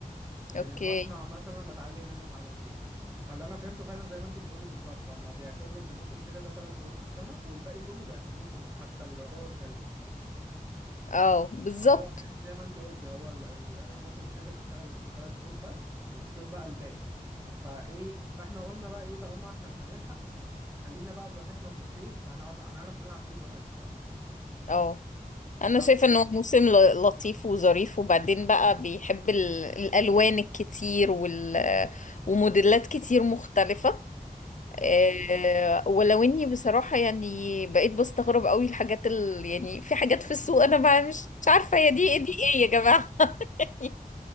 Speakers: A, on the right; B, on the left.
A: من
B: اوكي
A: المصنع مثلا بتعلم منه معلومتين فاللي انا فهمته فعلا زي ما انت بتقولي بالظبط هم بيعتبروا ان موسم الشتاء ده ثلاث شهور في السنه والباقي كله بيعتبروه صيف حتى الربيع والخريف
B: اه بالظبط
A: فهو فعلا زي ما انت قلتي هو ال- ال- موسم الشتاء بيشتغل ثلاث شهور بس والصيف بقى الباقي فايه فاحنا قلنا بقى ايه طالما احنا مش هنلحق خلينا بقى براحتنا في الصيف هنقعد هنعرف نلعب فيه براحتنا بقى
B: اه انا
A: طب
B: شايفة انه موسم ل- لطيف وظريف وبعدين بقى بيحب ال- الالوان الكتير وال وموديلات كتير مختلفة
A: مم.
B: آه، ولو اني بصراحة يعني بقيت بستغرب قوي الحاجات ال... يعني في حاجات في السوق انا ما مش مش عارفة هي دي
A: <laughs>
B: دي ايه يا جماعة <laughs>